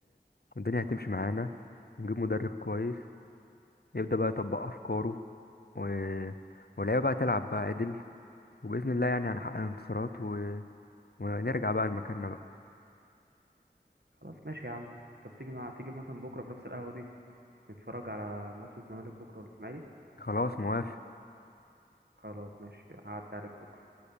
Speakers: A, on the left (about 65°); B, on the right (about 70°).
A: والدنيا هتمشي معانا ونجيب مدرب كويس يبدأ بقى يطبق أفكاره و... واللعيبة بقى تلعب بقى عدل وبإذن الله يعني هنحقق انتصارات و... ونرجع بقى لمكاننا بقى
B: خلاص ماشي يا عم طب تيجي مع تيجي مثلا بكره في نفس القهوه دي نتفرج على ماتش الزمالك بكره والاسماعيلي
A: خلاص موافق
B: خلاص ماشي هعدي عليك بكره